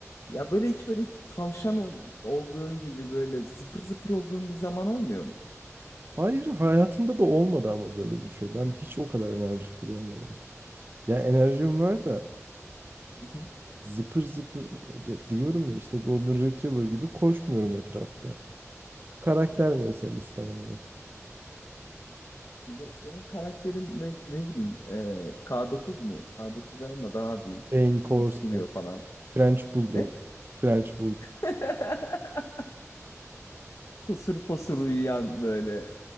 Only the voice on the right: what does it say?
Hayır hayatımda da olmadı ama böyle bir şey. Ben hiç o kadar enerjik biri olmadım. Ya enerjim var da
zıpır zıpır e, de- diyorum ya işte Golden Retriever gibi koşmuyorum etrafta. Karakter meselesi tamamen.
Cane Corso,
French Bulldog.
French Bulldog